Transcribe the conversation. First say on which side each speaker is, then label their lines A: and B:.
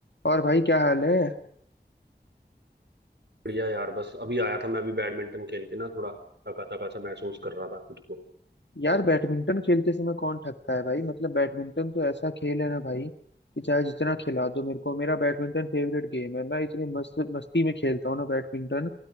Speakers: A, on the left (about 80°); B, on the right (about 75°).
A: और भाई क्या हाल है
B: बढ़िया यार बस अभी आया था मैं अभी बैडमिंटन खेल के ना थोड़ा थका थका सा महसूस कर रहा था खुद को
A: यार बैडमिंटन खेलते समय कौन थकता है भाई मतलब बैडमिंटन तो ऐसा खेल है ना भाई कि चाहे जितना खिला दो मेरे को मेरा बैडमिंटन फेवरेट गेम है मैं इतनी मस्त मस्ती में खेलता हूँ ना बैडमिंटन